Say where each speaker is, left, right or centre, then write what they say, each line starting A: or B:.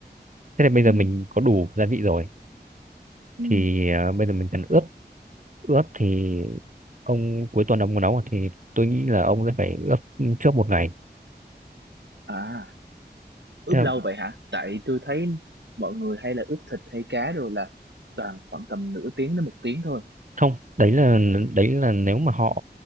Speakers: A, on the right; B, on the right.
A: Thế là bây giờ
B: ừ
A: mình có đủ gia vị rồi
B: ừ
A: thì ờ, bây giờ mình cần ướp ướp thì ông cuối tuần ông muốn nấu thì tôi nghĩ là ông sẽ phải ướp trước một ngày.
B: à ướp
A: Thế là
B: lâu vậy hả tại tôi thấy mọi người hay là ướp thịt hay cá rồi là toàn khoảng tầm nửa tiếng đến một tiếng thôi
A: không đấy là đấy là nếu mà họ